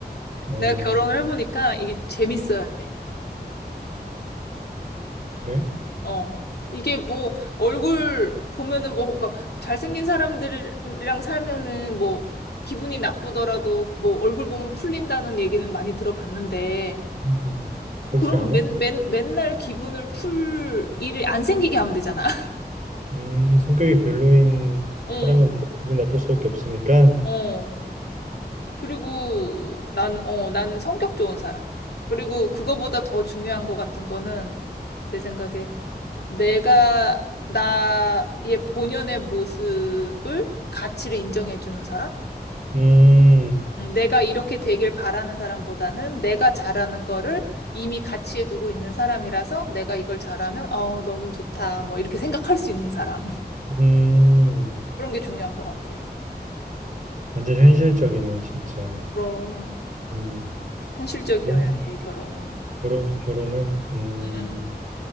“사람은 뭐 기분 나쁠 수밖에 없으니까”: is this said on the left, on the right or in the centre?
Right